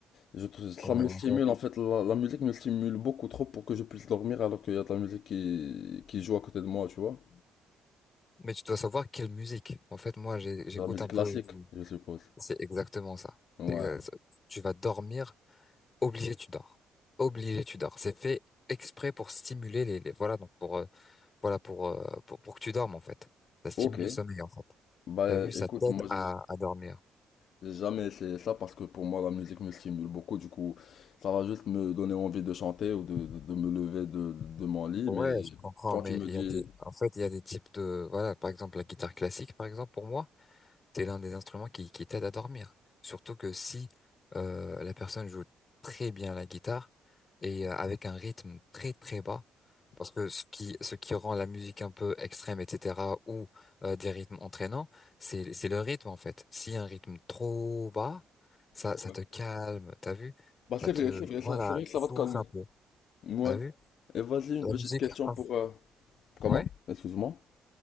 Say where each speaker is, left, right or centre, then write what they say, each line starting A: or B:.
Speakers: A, on the left; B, on the left.
A: je trouve- ça
B: Ouais,
A: me
B: en
A: stimule.
B: fait.
A: En fait, la, la musique me stimule beaucoup trop pour que je puisse dormir alors qu'il y a de la musique qui, qui joue à côté de moi, tu vois.
B: Mais tu dois savoir quelle musique. En fait, moi, j'ai- j'écoute
A: De la musique
B: un peu.
A: classique,
B: du-
A: je suppose.
B: C'est exactement ça.
A: Ouais.
B: C'est exa- Tu vas dormir, obligé, tu dors. Obligé, tu dors. C'est fait exprès pour stimuler les, les- voilà, donc pour, euh, voilà, pour, euh, pour, pour que tu dormes, en fait. Ça stimule
A: Ok.
B: le sommeil, en fait.
A: Bah
B: T'as vu, ça
A: écoute,
B: t'aide
A: moi,
B: à,
A: j'ai
B: à dormir.
A: j'ai jamais essayé ça parce que pour moi, la musique me stimule beaucoup. Du coup, ça va juste me donner envie de chanter ou de, de, de me lever de, de mon lit.
B: Ouais,
A: Mais
B: je comprends,
A: quand
B: mais
A: tu me
B: il
A: dis...
B: y a des, en fait, il y a des types de, voilà, par exemple, la guitare classique, par exemple, pour moi. c'est l'un des instruments qui, qui t'aide à dormir. Surtout que si euh, la personne joue très bien la guitare et euh, avec un rythme très très bas, parce que ce qui, ce qui rend la musique un peu extrême, etc., ou euh, des rythmes entraînants, c'est, c'est le rythme en fait. Si un rythme trop bas, ça,
A: Ouais.
B: ça te calme, t'as vu?
A: Bah c'est
B: Ça te,
A: vrai, c'est vrai,
B: voilà,
A: ça, c'est vrai que
B: tu
A: ça
B: souffles
A: va te calmer.
B: un peu,
A: Ouais.
B: t'as vu?
A: Et vas-y, une
B: La
A: petite
B: musique,
A: question
B: inf-
A: pour... euh, Comment?
B: ouais.
A: Excuse-moi.